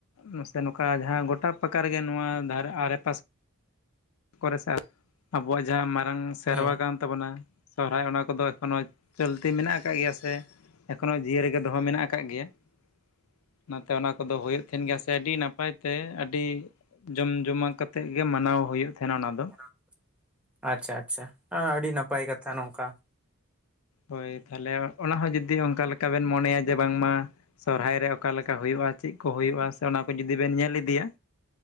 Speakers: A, on the left; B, in the centre.
A: ᱢᱟᱥᱮ ᱱᱚᱝᱠᱟ ᱡᱟᱦᱟᱸ ᱜᱚᱴᱟ ᱯᱟᱠᱟ ᱨᱮᱜᱮ ᱱᱚᱣᱟ ᱫᱷᱟᱨ ᱟᱲᱮ ᱯᱟᱥᱮ ᱠᱚᱨᱮ ᱥᱮ, ᱟᱵᱚᱣᱟᱜ ᱡᱟᱦᱟᱸ ᱦᱩᱸ ᱥᱮᱨᱣᱟ
B: ᱦᱮᱸ
A: ᱠᱟᱱ ᱛᱟᱵᱚᱱᱟ, ᱥᱚᱦᱨᱟᱭ ᱚᱱᱟ ᱠᱚᱫᱚ ᱮᱠᱷᱚᱱᱳ ᱪᱚᱞᱛᱤ ᱢᱮᱱᱟᱜ ᱟᱠᱟᱫ ᱜᱮᱭᱟ ᱥᱮ ᱾ ᱮᱠᱷᱚᱱᱳ ᱡᱤᱭᱟᱹᱲ ᱜᱮ ᱫᱚᱦᱚ ᱢᱮᱱᱟᱜ ᱟᱠᱟᱜ ᱜᱮᱭᱟ ᱾ ᱚᱱᱟᱛᱮ ᱚᱱᱟ ᱠᱚᱫᱚ ᱦᱩᱭᱩᱜ ᱛᱟᱦᱮᱱ ᱜᱮᱭᱟ ᱥᱮ ᱟᱹᱰᱤ ᱱᱟᱯᱟᱭ ᱛᱮ ᱟᱹᱰᱤ ᱡᱚᱢ ᱡᱚᱢᱟᱣ ᱠᱟᱛᱮᱜ ᱜᱮ ᱢᱟᱱᱟᱣ ᱦᱩᱭᱩᱜ ᱛᱟᱦᱮᱱᱟ ᱚᱱᱟ ᱫᱚ
B: <inaudible> ᱟᱪᱪᱷᱟ ᱟᱪᱪᱷᱟ, ᱟᱹᱰᱤ ᱱᱟᱯᱟᱭ ᱠᱟᱛᱷᱟ ᱱᱚᱝᱠᱟ ᱾
A: ᱦᱚᱭ ᱛᱟᱦᱚᱞᱮ ᱚᱱᱟ ᱦᱚᱸ ᱡᱩᱫᱤ ᱚᱱᱠᱟ ᱞᱮᱠᱟ ᱵᱮᱱ ᱢᱚᱱᱮᱭᱟ ᱡᱮ ᱵᱟᱝᱢᱟ ᱥᱚᱨᱦᱟᱭ ᱨᱮ ᱚᱠᱟᱞᱮᱠᱟ ᱦᱩᱭᱩᱜᱼᱟ ᱪᱮᱫ ᱠᱚ ᱦᱩᱭᱩᱜᱼᱟ, ᱥᱮ ᱚᱱᱟ ᱠᱚ ᱡᱩᱫᱤ ᱵᱮᱱ ᱧᱮᱞ ᱤᱫᱤᱭᱟ